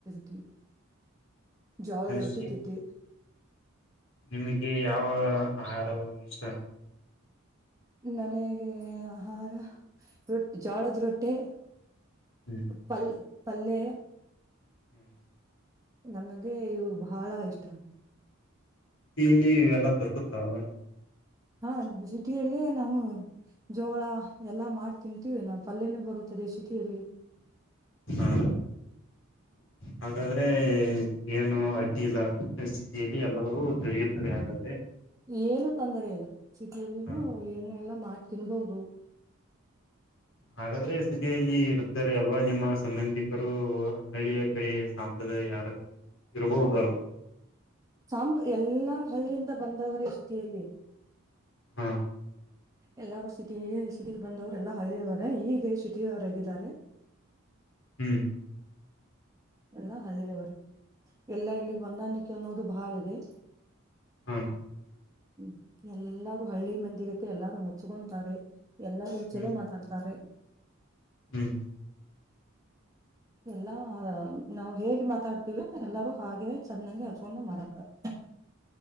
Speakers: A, on the right; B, on the left.
A: ತಿ <inaudible> ಜೋಳದ ರೊಟ್ಟಿ
B: ಶಿ
A: ತಿದ್ದಿ
B: ನಿಮಗೆ ಯಾವ ಆಹಾರವು ಇಷ್ಟ
A: ನನೆಗೆ ಆಹಾರ ರೊ ಜಾಳದ್ ರೊಟ್ಟೆ
B: ಹ್ಮ್
A: ಪಲ್ ಪಲ್ಲೆ
B: ಹ್ಮ್
A: ನಮಗೆ ಇವು ಬಹಳ ಇಷ್ಟ
B: ಲ್ಲಿ ಎಲ್ಲ ದೊರಕುತ್ತಾವ
A: ಹಾ ಸಿಟಿಯಲ್ಲಿ ನಾವು ಜೋಳ ಎಲ್ಲ ಮಾಡಿ ತಿಂತೀವಿ ನಾ್ ಪಲ್ಯನ ಬರೋ ಥ ದೇಶಕ್ಕೆ ಎಲ್ಲಿ
B: ಹಾ ಹಾಗಾದ್ರೆ ಏನು ಅಡ್ಡಿ ಇಲ್ಲ ಲಿ ಎಲ್ಲವೂ ದೊರೆಯುತ್ತದೆ ಹಾಗಾದ್ರೆ
A: ಏನು ತೊಂದರೆ ಲ್ಲ ಚಟಿಯಲ್ಲಿ
B: ಹ
A: ಏನ್ ಎಲ್ಲಾ ಮಾಡ ತಿನ್ಬಹದು
B: ಹಾಗಾದ್ರೆ ಸ್ಥಿತಿಯಲ್ಲಿ ಇರುತಾರೆ ಅಲ್ವಾ ನಿಮ್ಮ ಸಂಬಂಧಿಕರು ಹಳ್ಳಿಯ ಕಡೆ ಸಾಂಪ್ರದಾಯ ಯಾರಾರು ಇರ್ಬಹುದು ಅಲ್ವಾ
A: ಸಾಂಪ ಎಲ್ಲರೂ ಹಳ್ಳಿಯಿಂದ ಬಂದವರೇ ಸಿತಿಯಲ್ಲಿ
B: ಹಾ
A: ಎಲ್ಲಾರೂ ಸಿಟಿ ಸಿಟಿ ಬಂದವರು ಎಲ್ಲಾ ಹಿದ್ದಾರೆ ಹೀಗೆ ಸಿಟಿವರಾಗಿದ್ದಾರೆ
B: ಹ್ಮ್
A: ಎಲ್ಲ ಹದವರ ಎಲ್ಲಾ ಇಲ್ಲಿ ಗಂದಾಣಿಕ ಒಂದು ಭಳ ರ
B: ಹ್ಮ
A: ಹ್ಮ್ ಎಲ್ಲಾರು ಹಳ್ಳಿ ಮಂದಿಗತ್ತ ಎಲ್ಲಾರು ಹಚ್ಕೊಂತಾರೆ ಎಲ್ಲರೂ
B: ಹ್ಮ್
A: ಚಲೋ ಮಾತಾಡ್ತಾರೆ
B: ಹ್ಮ್
A: ಎಲ್ಲಾ ಹೇಗೆ ಮಾತಾಡ್ತಿೀವಿ ಎಲ್ಲರೂ ಹಾಗೆ ಚೆನ್ನಂಗಗೆ ಹಚ್ಕೊಂಡ ಮಾತಾಡ್ತಾರೆ